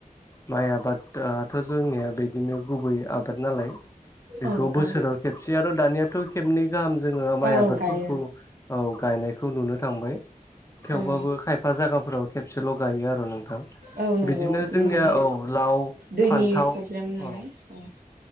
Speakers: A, on the left (about 20°); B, on the right (about 80°).
A: माइ आबादाथ' जों जोंनिया बिदिनो गुबै आबाद नालाय। बेखौ
B: औ
A: बोसोराव
B: औ
A: खेबसे आरो दानियाथ' खेबनै गाहाम जोङो माइ
B: औ
A: आबादफोरखौ
B: गायो
A: औ गायनायखौ नुनो थांबाय थेवबाबो
B: औ
A: खायफा जायगाफोराव खेबसेल' गायो आरो नोंथां
B: औ नंगौ
A: बिदिनो जोंनिया
B: माने
A: औ लाव
B: दैनि
A: फान्थाव
B: प्रब्लेम नालाय
A: औ
B: औ